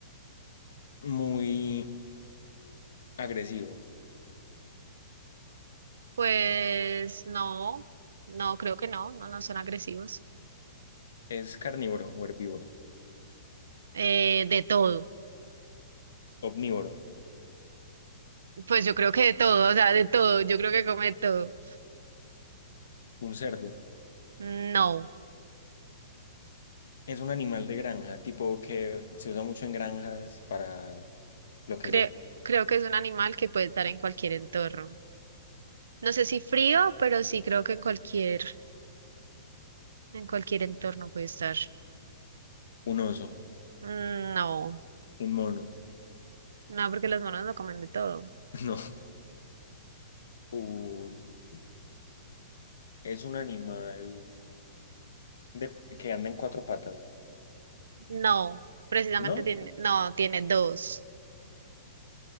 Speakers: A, on the left (about 75°); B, on the right (about 85°).
A: muy agresivo,
B: Pues no, no, creo que no, no, no son agresivos.
A: es carnívoro o herbívoro,
B: Eh, de todo,
A: omnívoro,
B: pues yo creo que de todo, o sea, de todo, yo creo que come de todo.
A: un cerdo,
B: No,
A: es un animal de granja, tipo que se usa mucho en granjas para lo que
B: creo,
A: sea,
B: creo que es un animal que puede estar en cualquier entorno. No sé si frío, pero sí creo que en cualquier, en cualquier entorno puede estar.
A: un oso,
B: Mm, No,
A: un mono,
B: no, porque los monos no comen de todo.
A: <laughs> no. Un, es un animal de- que anda en cuatro patas,
B: No, precisamente
A: ¿no?
B: tiene, no, tiene dos,